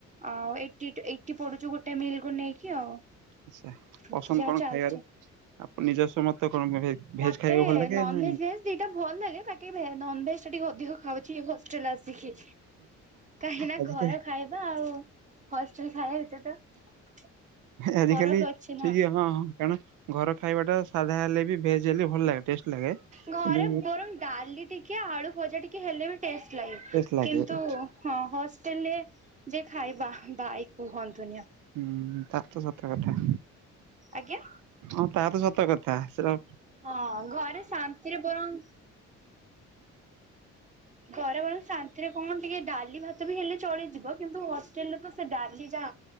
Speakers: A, on the right; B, on the right.
A: ଆଉ ଏଠି ଏଇଠି ପଡୁଛୁ, ଗୋଟେ ମିଲ୍ କ ନେଇକି ଆଉ।
B: ଆଛା
A: ଏମିତି
B: ପସନ୍ଦ
A: ଯାହା
B: କଣ
A: ଚାଲିଛି।
B: ଖାଇବାରେ ଆପଣ ନିଜସ୍ଵ ମତେ କଣ?
A: ମତେ
B: ଭେଜ ଖାଇବାକୁ ଭଲ ଲାଗେ
A: ନନଭେଜ
B: ନା
A: ଭେଜ ଦିଟା ଭଲ ଲାଗେ ପାକ ନନ ଭେଜ ଟା ଟିକେ ଅଧିକ ଖାଉଛି ଆସିକି କାହିଁ ନା
B: ଆଜିକାଲି
A: ଘର ଖାଇବା ଆଉ ହଷ୍ଟେଲ ଖାଇ ହେଥିଲା ତ
B: ଆଜିକାଲି
A: ଫରକ ଅଛି ନା
B: ଠିକ ହଁ ହଁ କାରଣ ଘର ଖାଇବା ଟା ସାଧା ହେଲେ ବି ଭେଜ ହେଲେ ଭଲ ଲାଗେ ଟେଷ୍ଟ ଲାଗେ।
A: ଘରେ
B: କିନ୍ତୁ
A: ବରଂ ଡାଲି ଟିକେ ଆଳୁ ଭଜା ଟିକେ ହେଲେ ବି ଟେଷ୍ଟ ଲାଗେ,
B: ଟେଷ୍ଟ ଲାଗେ
A: କିନ୍ତୁ
B: ହୁଁ
A: ହଁ ହଷ୍ଟେଲ ରେ ଯେ ଖାଇବା ଭାଇ କୁହନ୍ତୁନି।
B: ହୁଁ ତା ତ ସତ କଥା।
A: ଆଜ୍ଞା?
B: ହଁ ତାହା ତ ସତ କଥା ସେ
A: ହଁ ଘରେ ଶାନ୍ତିରେ ବରଂ ଘରେ ବଲ ଶାନ୍ତିରେ କଣ ଟିକେ ଡାଲି ଭାତ ବି ହେଲେ ଚଳିଯିବ, କିନ୍ତୁ ହଷ୍ଟେଲରେ ତ ସେ ଡାଲି ଯା